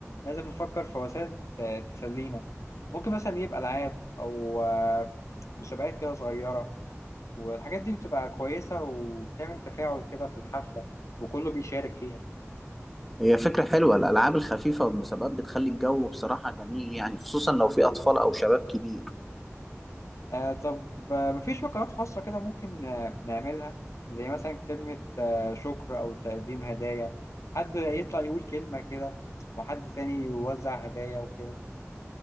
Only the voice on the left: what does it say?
لازم نفكر في وسائل ت- تسلينا ممكن مثلا يبقى ألعاب أو آه، مسابقات كده صغيرة والحاجات دي بتبقى كويسة وبتعمل تفاعل كده في الحفلة وكله بيشارك فيها
آه طب آه، مفيش فقرات خاصة كده ممكن آه، نعملها زي مثلا كلمة آه، شكر أو تقديم هدايا حد يطلع يقول كلمة كده وحد تاني يوزع هدايا وكده